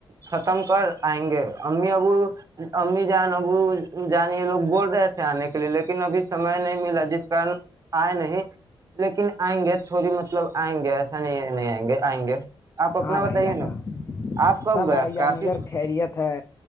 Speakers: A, on the right (about 40°); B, on the left (about 30°).
A: ختم کر آئیں گے امی ابو امی جان ابو جان یہ لوگ بورڈ آنے کے لیے لیکن ابھی سمئے نہیں ملا جس کارن آئے نہیں لیکن آئیں گے تھوڑی مت مطلب آئیں گے ایسا نہیں نہیں آئیں گے آئیں گے آپ اپنا
B: ہاں بھائی
A: بتائیے
B: جانا
A: نا آپ کب
B: سب
A: گیا
B: بھائی جان
A: کافی
B: ادھر خیریت ہے